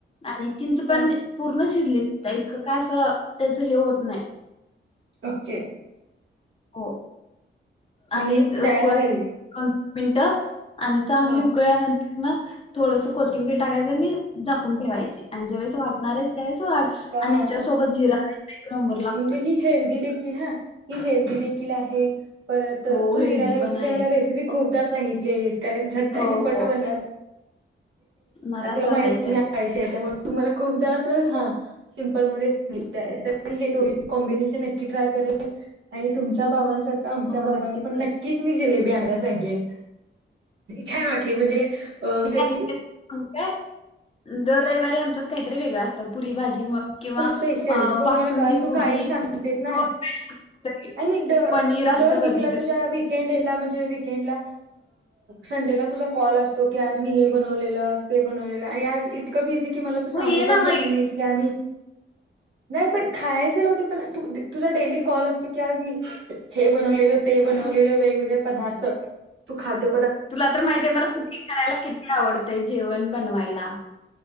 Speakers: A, on the left (about 30°); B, on the right (about 70°).
A: आणि चिंच पण
B: हा
A: पूर्ण शिजली तर इतकं काय असं त्याचं हे होत नाही
B: ओके
A: हो
B: मग
A: आणि
B: ही तयार
A: कु
B: झाली
A: मिनटं आणि चांगली
B: हा
A: उकळल्यानंतर थोडस कोथिंबर टाकायच आणि झाकून ठेवायचे आणि जेवेळेस वाढणार आहेस
B: अरे
A: त्यावेळेस वाढ
B: वा
A: आणि याच्यासोबत जिरा एक नंबर लागतोय
B: म्हणजे ही हेल्दी देखील हा ही हेल्दी देखील आहे परत
A: हो
B: तू
A: हेल्दी
B: जिरा राईस
A: पण
B: ची का
A: आहे
B: मला रेसिपी खूपदा सांगितली आहेस कारण झट्ट
A: हो
B: आणि पट
A: हो
B: बनणार
A: नरासा
B: तुला माहिती
A: राईस आहे
B: मी आळीष आहे त्यामुळे तू मला खूपदास हा सिमपल म सांगित हे दोन्ही कॉम्बिनेशन नक्की ट्रय करेन तुमच्या बाबांसारखं आमच्या
A: हो
B: बाबांना
A: नक्कीच
B: पण
A: कर
B: नक्कीच मी जिलेबी आणायला सांगेन छान वाटली म्हणजे अ कधी
A: य दर रविवारी आमच्यात काहीतरी वेगळं असतं पुरी भाजी मग किंवा
B: हो स्पेशल
A: अ
B: हो
A: बासुंदी
B: मला काल तू
A: पुरी
B: कायम सांगतेस ना
A: हो स्पेशल काहीतरी.
B: आणि
A: पनीर असतं
B: दर
A: कधीतरी
B: वीकला तुझ्या वकेंडला म्हणजे वीकेंडला संडेला तुझ कॉल असतो क आज मी हे बनवले बनवज इतकं ब की मला तू
A: हो
B: सांगू
A: ये ना
B: पण
A: मग
B: शकली नाहीस की आम्ही
A: <inaudible>
B: नाही पण खायचवते पण तू तुझा डेली कॉल असतो की आज मी हे बनवलेले ते बनवलेले
A: हो
B: वेगवेगळे पदार्थ तू खाद्य
A: तुला तर माहिती आहे मला कुकिंग करायला किती आवडतय जेवण बनवायला